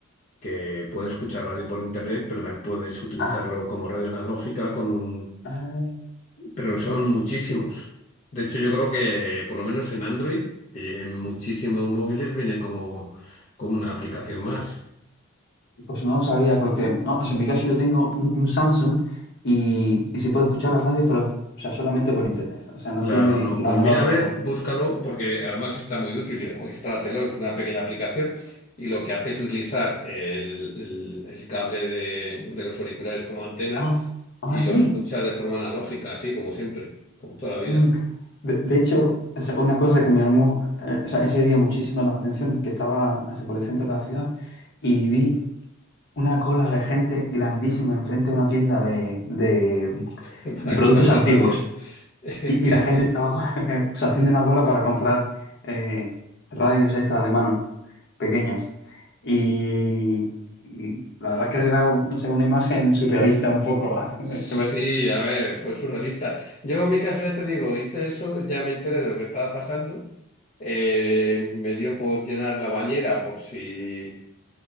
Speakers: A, on the left; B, on the left.
A: que puedes escuchar radio por internet, pero también puedes utilizarlo
B: Ah,
A: como radio analógica con un
B: ah,
A: Pero son muchísimos. De hecho, yo creo que por lo menos en Android, eh, en muchísimos móviles viene como, como una aplicación más.
B: pues no lo sabía, porque, o sea, en mi caso yo tengo un, un Samsung y, y sí puedo escuchar la radio, pero, o sea, solamente por internet, o sea, no
A: Claro,
B: tiene
A: no.
B: lo
A: Pues
B: analógico.
A: mira, a ver, búscalo, porque además está muy útil. O instrálatelo, es una pequeña aplicación. Y lo que hace es utilizar el, el- el cable de, de los auriculares como antena
B: Ah, ah,
A: y
B: sí.
A: lo escucha de forma analógica, así como siempre, como toda la vida,
B: Mm. De, de hecho, o sea, una cosa que me llamó eh, o sea, ese día muchísima la atención, que estaba o sea, por el centro de la ciudad y vi una cola de gente grandísima enfrente de una tienda de, de-
A: <laughs>
B: de
A: para
B: productos
A: comprarse
B: antiguos.
A: radio. <laughs>
B: Y, y la gente estaba <laughs> o sea, haciendo una cola para comprar eh, radios estas de mano, pequeñas. Y, y la verdad es que era, no sé, una imagen surrealista un poco. <laughs> Qué
A: Sí, a ver, fue surrealista. Yo en mi caso ya te digo, hice eso, ya me enteré de lo que estaba pasando. Eh, me dio por llenar la bañera por si,